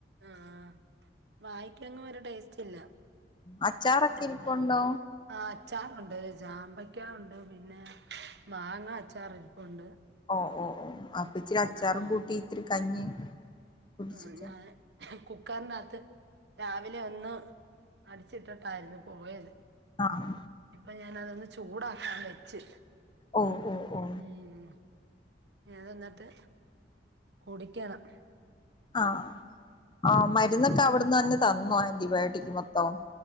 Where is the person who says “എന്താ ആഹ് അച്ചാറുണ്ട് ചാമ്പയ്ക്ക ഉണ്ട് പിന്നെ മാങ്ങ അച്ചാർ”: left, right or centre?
Right